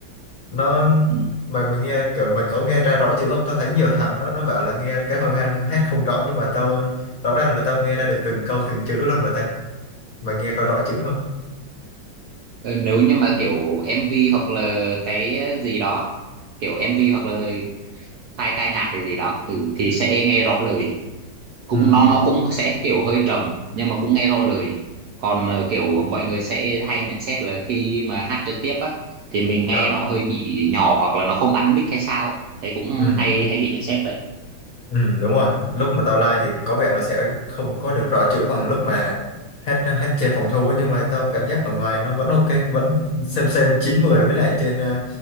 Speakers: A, on the left; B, on the right.
A: nó
B: ừ.
A: mày mày nghe kiểu mình có nghe ra rõ chữ không tao thấy nhiều thằng nó nó bảo là nghe cái hồi hoang hát không rõ nhưng mà tao rõ ràng là tao nghe ra được từng câu từng chữ luôn mà ta mày nghe có rõ chữ không
B: Ờ, nếu như mà kiểu MV hoặc là cái ờ, gì đó kiểu MV hoặc là hai ca nhạc cái gì đó ừ, thì sẽ nghe rõ lời cũng
A: ừ
B: nó nó cũng sẽ kiểu hơi trầm nhưng mà cũng nghe rõ lời còn ờ, kiểu mọi người sẽ hay nhận xét là khi mà hát trực tiếp á thì mình nghe
A: ờ
B: nó hơi bị nhỏ hoặc là nó không ăn mic hay sao á. Đấy cũng
A: ừ
B: hay hay bị nhận xét đấy
A: Ừ, đúng rồi lúc mà tao like thì có vẻ nó sẽ không có được rõ chữ bằng lúc mà hát hát trên phòng thu ấy, nhưng mà tao cảm giác ở ngoài nó vẫn ok vẫn xem xem chín mười với lại trên ờ,